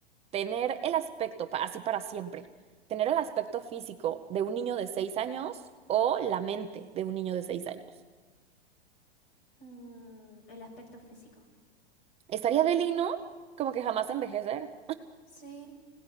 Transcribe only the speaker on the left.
Mm, el aspecto físico.
Sí,